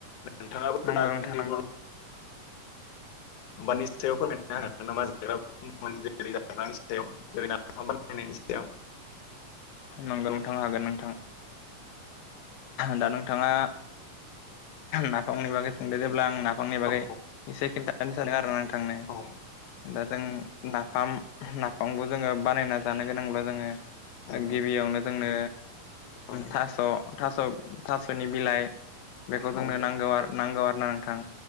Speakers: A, on the left; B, on the left.
A: नोंथाङाबो
B: नंगौ
A: दा जोंनि
B: नोंथां नंगौ
A: बर' <unintelligible> <unintelligible> <unintelligible> जैरै नाफाम बानायनायनि सायाव
B: नंगौ नोंथां हागोन नोंथां। दा नोंथाङा नाफामनि बागै सोंदेरोब्ला आं नाफ बिफांनि बागै
A: औ
B: एसे खिन्थानो सानो आरो ना नोंथांनो
A: औ
B: दा जों नाफाम नाफामखौ जोङो बानायना जानो गोनांब्ला जोङो
A: औ
B: गिबियावनो जोंनो
A: औ
B: थास' थास' थास'नि बिलाइ बेखौ
A: औ
B: जोंनो नांगौ नांगौ आरो ना नोंथां।